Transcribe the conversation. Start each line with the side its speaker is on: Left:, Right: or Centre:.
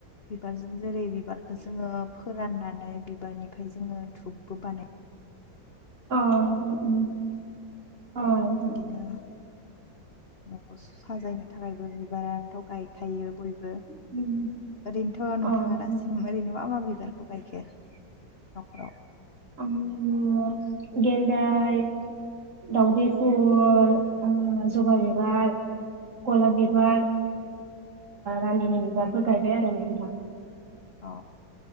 Left: बिबारजों जेरै बिबारखौ जोङो फोराननानै बिबारनिफ्राय जोङो धुपबो बानायो
Right: अ ओम औ
Left: बिदिनो न'खौ साजायनो थाखायबो बिबारानोथ' गायखायो बयबो
Right: उम
Left: ओरैनोथ' नोंथाङा
Right: अ नोंथां
Left: दासिम ओरैनो मा मा बि बिबारखौ गायखो न'खराव
Right: आं गेन्दाय दाउदै फुल ओं जबा बिबार गलाब बिबार रानिनि बिबारफोर गायबाय आरो ना नोंथां
Left: अ